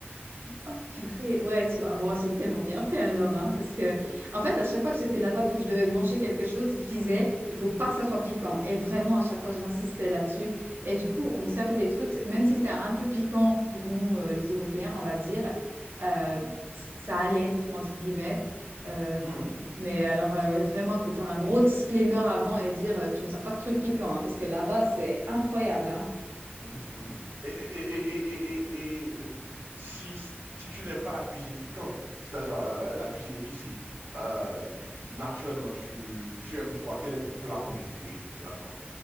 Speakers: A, on the right; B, on the right.
A: Oh purée, ouais, tu vois. Bon, j'ai tellement bien fait alors, hein, parce que,
B: Mm, mm,
A: en fait,
B: mm.
A: à chaque fois que j'étais là-bas et que je devais manger quelque chose, je disais, il faut pas que ça soit piquant. Et vraiment, à chaque fois, j'insistais là-dessus. Et du coup, on me servait des trucs, même si c'était un peu piquant pour nous, euh, les Européens, on va dire, euh, c- ça allait, entre guillemets. Euh,
B: mm, mm.
A: mais alors, euh, vraiment, il faut faire un gros disclaimer avant et dire, euh, tu me sers pas de trucs piquants, hein, parce que là-bas, c'est incroyable, hein.
B: Mhm, mhm. Et, et- et- et- et- et- et, euh, si, si tu n'aimes pas la cuisine piquante, c'est-à-dire euh, la cuisine épicée, euh, naturellement, tu, tu aimes quoi? Quel est ton plat préféré, littéralement?